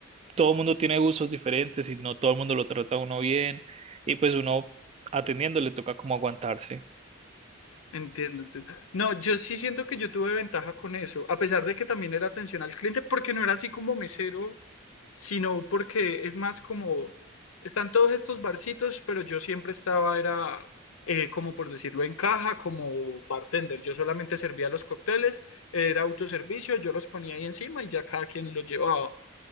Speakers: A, on the right (about 30°); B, on the left (about 85°).
A: todo el mundo tiene gustos diferentes y no todo el mundo lo trata a uno bien. Y pues uno atendiendo le toca como aguantarse.
B: entiendo. te- No, yo sí siento que yo tuve ventaja con eso, a pesar de que también era atención al cliente, porque no era así como mesero sino porque es más como, están todos estos barcitos, pero yo siempre estaba, era eh, como por decirlo, en caja, como bartender. Yo solamente servía los cócteles, era autoservicio, yo los ponía ahí encima y ya cada quien los llevaba.